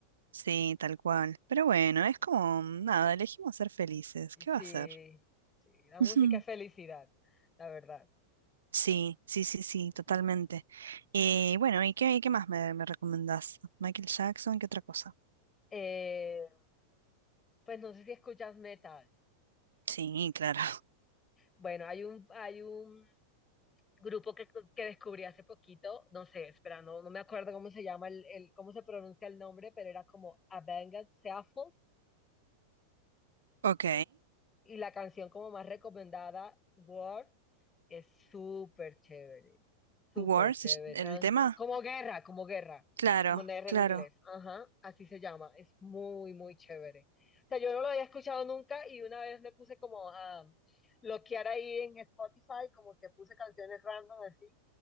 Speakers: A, on the right (about 65°); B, on the left (about 20°).
A: Sí, tal cual. Pero bueno, es como, nada, elegimos ser felices.
B: Y
A: ¿Qué
B: Sí,
A: va a ser?
B: sí, la música
A: <laughs>
B: es felicidad, la verdad.
A: Sí, sí, sí, sí, totalmente. Y bueno, ¿y qué, qué más me, me recomendás? Michael Jackson, ¿qué otra cosa?
B: Eh, pues no sé si escuchas metal.
A: Sí, claro. <laughs>
B: Bueno, hay un, hay un grupo que, que descubrí hace poquito, no sé, espera, no, no me acuerdo cómo se llama, el, el- cómo se pronuncia el nombre, pero era como Avenged Sevenfold
A: Ok.
B: Y la canción como más recomendada, War, es súper chévere, súper
A: War,
B: chévere.
A: se ll- el
B: ¿no?
A: tema.
B: Como guerra, como guerra,
A: Claro,
B: como una guerra
A: claro.
B: en inglés. Ajá, así se llama. Es muy, muy chévere. O sea, yo no lo había escuchado nunca y una vez me puse como a bloquear ahí en Spotify, como que puse canciones random así